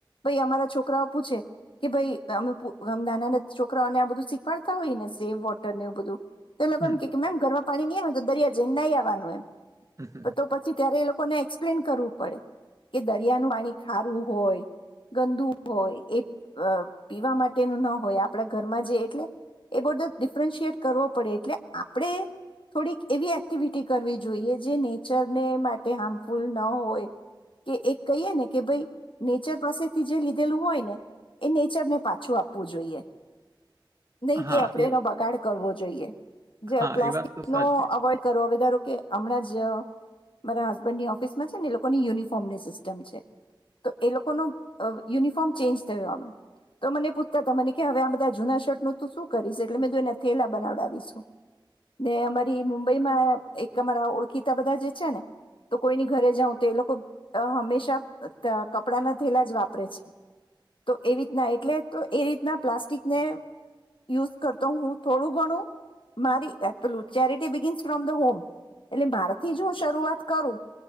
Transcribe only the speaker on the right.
હમ
હમ, હમ.
હા
એ
હા
એ વાત તો
સાચી